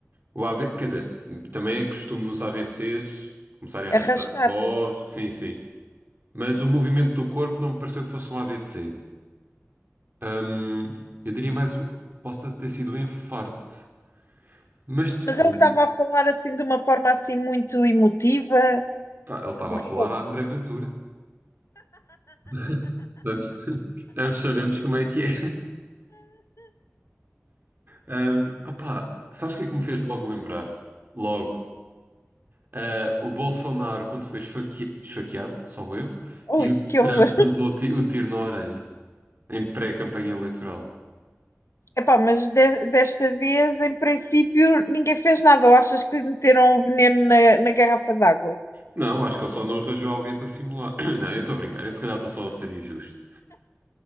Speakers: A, on the right; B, on the left.
A: O AV, quer dizer, também é costume nos AVCs começarem a arrastar
B: Arrastar-se.
A: a voz, sim, sim. Mas o movimento do corpo não me pareceu que fosse um AVC. Ahm, eu diria mais um, possa ter sido um infarto. Mas depois,
B: Mas ele estava a falar assim de uma forma assim muito emotiva.
A: pá, ele estava
B: O que-
A: a falar a André Ventura. <laughs> Portanto, ambos sabemos como é que é. Um, opá, sabes o que é que me fez logo lembrar? Logo. Ah, o Bolsonaro quando foi esfaque... esfaqueado, salvo erro,
B: Ui,
A: e o
B: que
A: Trump
B: horror.
A: quando levou o ti- o tiro na orelha, em pré-campanha eleitoral.
B: Epá, mas de- desta vez, em princípio, ninguém fez nada. Ou achas que lhe meteram um veneno na, na garrafa d'água?
A: Não, acho que ele só não arranjou alguém para simular. <clears throat> Não, eu estou a brincar, eu se calhar estou só a ser injusto.